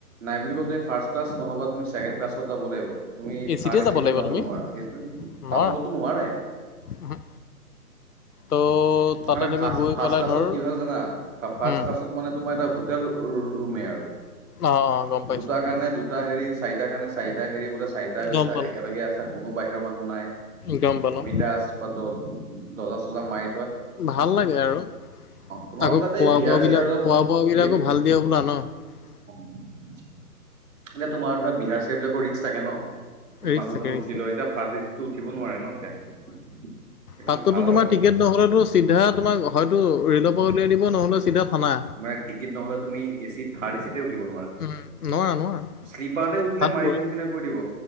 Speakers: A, on the right (about 55°); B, on the left (about 70°).
A: নাই বুলি ক তুমি ফাৰ্ষ ক্লাছ নহবা তুমি ছেকেণ্ড ক্লাছত যাব লাগিব। তুমি
B: এ
A: থাৰ্ড
B: চিতে
A: ইতি
B: যাব
A: টো
B: লাগিব তুমি
A: নোৱাৰা পাবলতো
B: নোৱাৰা
A: নোৱাৰাই।
B: উহু। ত' তাতে
A: মানে,
B: তুমি গৈ
A: ফাচট
B: পেলাই
A: ক্লাছ
B: ধৰ
A: ত কি হ'ল জানা ফ্ষ
B: উম,
A: ক্লাত মানে তোমাৰ এটা হোটেল ৰো ৰুমে আৰু।
B: অ', অ', গম পাইছোঁ।
A: দুটাৰ কাৰণে দুটা হেৰি চাৰিটাাৰ কাৰণে চাৰিটা হেৰি বোলে চাৰিটা গৈছা
B: গম পালোঁ,
A: একেলগে আছে। কোনো বাহিৰৰ মানুহ নাই,
B: গম পালোঁ
A: বিন্দাস পটত দৰ্জা-চৰজা মাই
B: ভাল লাগে আৰু
A: তোমাৰ
B: আকৌ
A: মানে তাত
B: খোৱা
A: এই বিহাৰ
B: বোৱা
A: চিহাৰ
B: বিলাক
A: অলপ
B: খোৱা, বোৱ বিলাকো
A: বিয়া
B: ভাল দিয়া হ'বলা ন। অ,
A: <unintelligible> এই তোমাৰ ধৰা বিহাৰ-চিহাৰত এইবাক ৰিক্কচ থাকে ন। এই
B: ৰিক্স
A: মানুহজন
B: থাকে
A: উঠি
B: ৰিক্স থাকে।
A: লয়, এতিয়া ফাৰ্ষ্ট চিতটো উঠিব নোৱাৰে ন এতিয়া। সেইকাৰণে
B: তাতটো
A: ভাল
B: তোমাৰ
A: আৰু
B: টিকেট নহ'লে চিধা তোমাক হয়তো ৰে'লৰ পৰা উলাই দিব নহ'লে চিধা থানা।
A: তোমাৰ টিকিট নহ'লে তুমি এ চিত থাৰ্ড এ চিতে উঠিব নোৱাৰা।
B: উম, নোৱাৰা নোৱাৰা।
A: শ্লিপাৰতে উঠিলে
B: তাত
A: মাৰিবোন
B: পুৰা
A: চিন্তা কৰি দিব,